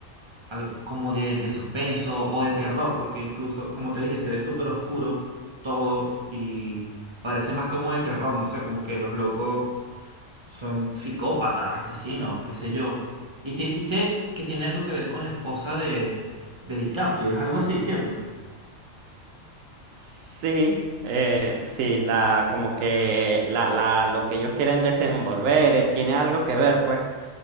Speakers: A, on the right (about 25°); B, on the right (about 85°).
A: algo como de, de suspenso o de terror, porque incluso, como te dije, se ve súper oscuro todo y parece más como de terror, no sé, como que los locos son psicópatas, asesinos, qué sé yo. Y, ti- y sé que tiene algo que ver con la esposa de, de DiCaprio, es algo así, ¿cierto?
B: Sí, eh, sí, la, como que la, la, lo que ellos quieren desenvolver eh, tiene algo que ver, pues.